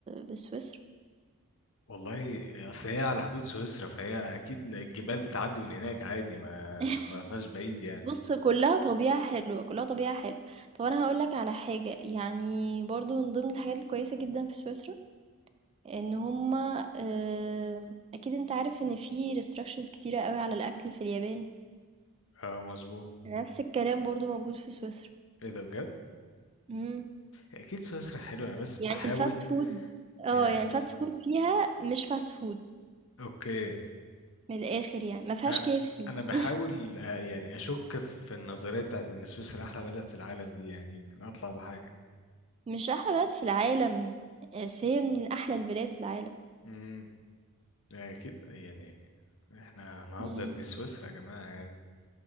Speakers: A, on the right (about 25°); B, on the left (about 60°).
A: بسويسرا.
B: والله أصل هي على حدود سويسرا فهي أكيد الجبال بتعدي من هناك عادي ما
A: <laughs>
B: ما رحناش بعيد يعني
A: بُص كلّها طبيعة حلوة، كلّها طبيعة حلوة. طب أنا هاقول لك على حاجة، يعني برضه من ضمن الحاجات الكويسة جدًا في سويسرا، إن هُم آآ أكيد أنت عارف إن في restrictions كتيرة أوي على الأكل في اليابان،
B: اه مظبوط
A: نفس الكلام برضه موجود في سويسرا.
B: ايه ده بجد
A: إمم.
B: أكيد سويسرا حلوة أنا بس بحاول
A: يعني الfast food آه،
B: يعني
A: يعني الfast food فيها مش fast food
B: أوكي
A: من الآخر يعني، ما فيهاش
B: أ-
A: KFC
B: أنا بحاول
A: <laughs>
B: آه، يعني أشك في النظرية بتاعت إن سويسرا أحلى بلد في العالم دي يعني يمكن أطلع بحاجة
A: مش أحلى بلد في العالم، آه، بس هي من أحلى البلاد في العالم.
B: امم أكيد يعني احنا هنهزر
A: إمم،
B: دي سويسرا يا جماعة يعني